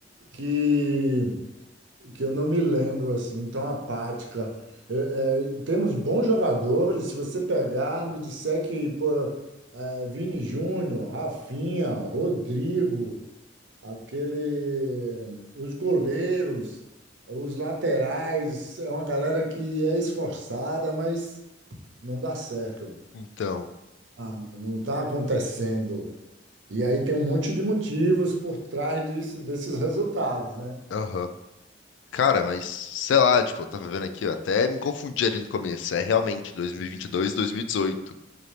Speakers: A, on the right (about 85°); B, on the left (about 80°).
A: que que eu não me lembro assim, tão apática. É, é, temos bons jogadores, se você pegar, me disser que pô, é, Vini Júnior, Rafinha, Rodrigo, aquele, os goleiros, os laterais, é uma galera que é esforçada, mas não dá certo.
B: Então,
A: Ah, não está acontecendo. E aí tem um monte de motivos por trás disso, desses <laughs> resultados, né?
B: aham. Cara, mas sei lá, tipo, eu tava vendo aqui, ó, até me confundi ali no começo. É realmente 2022 e 2018,